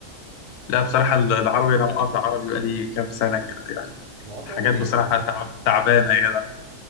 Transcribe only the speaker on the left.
لا بصراحه ال- العربي انا مقاطع عربي بقالي كام سنه كده يعني
حاجات
بصراحه
تعب تعبانه يا جدع